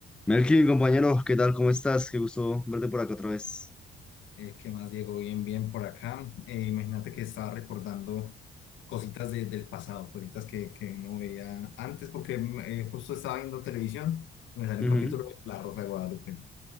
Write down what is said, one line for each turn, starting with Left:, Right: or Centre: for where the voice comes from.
Centre: Melkin, compañero, ¿qué tal? ¿Cómo estás? Qué gusto verte por acá otra vez.
Left: Eh, ¿qué más, Diego? Bien, bien por acá. Eh, imagínate que estaba recordando cositas de- del pasado, cositas que, que no veía antes, porque mm, eh, justo estaba viendo televisión y me salió
Centre: Ujú.
Left: un capítulo de La Rosa de Guadalupe.